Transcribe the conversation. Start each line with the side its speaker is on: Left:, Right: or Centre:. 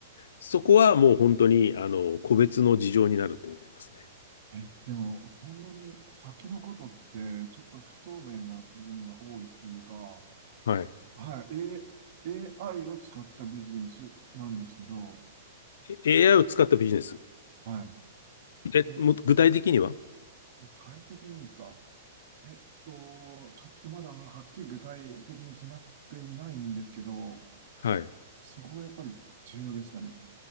Left: そこはもう本当にあの個別の事情になると思いますね。
Right: えーえ、でも、そんなに先のことって、ちょっと不透明な部分が多いっていうか、
Left: はい。
Right: はい、A、AI を使ったビジネスなんですけど、
Left: AI を使ったビジネス。
Right: はい。
Left: え、
Right: それで、
Left: も具体的には
Right: 具体的にですかえっと、ちょっとまだはっきり具体的に決まっていないんですけど、
Left: はい。
Right: そこがやっぱり重要ですかね。